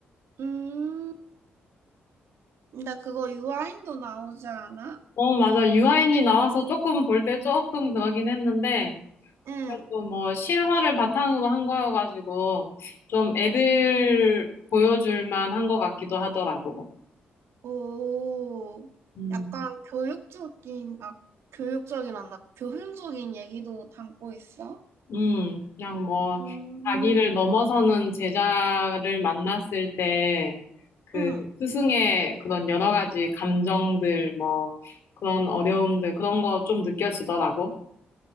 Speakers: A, on the right (about 75°); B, on the left (about 70°).
A: 음, 근데 그거 유아인도 나오지 않아?
B: 어, 맞아. 유아인이 나와서 조금 볼 때 조금 그러긴 했는데,
A: 응,
B: 그래도 뭐 실화를 바탕으로 한 거여가지고, 좀 애들 보여줄 만한 것 같기도 하더라고.
A: 오,
B: 음,
A: 약간 교육적인, 아, 교육적이란다. 교훈적인 얘기도 담고 있어?
B: 음, 그냥 뭐,
A: 음,
B: 자기를 넘어서는 제자를 만났을 때, 그
A: 응,
B: 스승의 그런 여러 가지 감정들, 뭐, 그런 어려움들, 그런 거 좀 느껴지더라고.